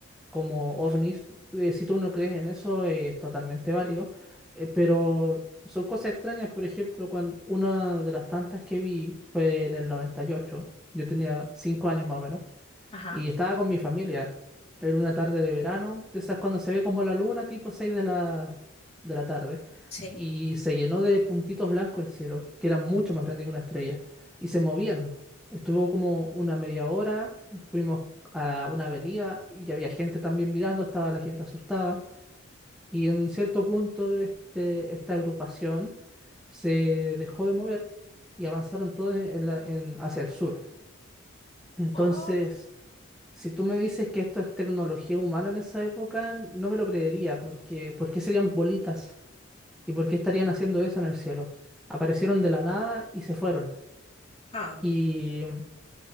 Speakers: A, in the centre; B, on the left.
A: como ovnis. eh, si tú no crees en eso, eh, es totalmente válido. eh, pero son cosas extrañas. Por ejemplo, cuando una de las tantas que vi fue en el 98. Yo tenía 5 años más o menos.
B: Ajá,
A: Y estaba con mi familia. Era una tarde de verano, de esas cuando se ve como la luna, tipo 6 de la, de la tarde.
B: sí.
A: Y se llenó de puntitos blancos el cielo, que eran mucho más grandes que una estrella. Y se movían. Estuvo como una media hora, fuimos a una avenida y ya había gente también mirando, estaba la gente asustada. Y en cierto punto este, esta agrupación se dejó de mover y avanzaron todos en la- en- hacia el sur. Entonces...
B: Oh,
A: Si tú me dices que esto es tecnología humana en esa época, no me lo creería, porque ¿por qué serían bolitas? ¿Y por qué estarían haciendo eso en el cielo? Aparecieron de la nada y se fueron.
B: ah.
A: Y mm,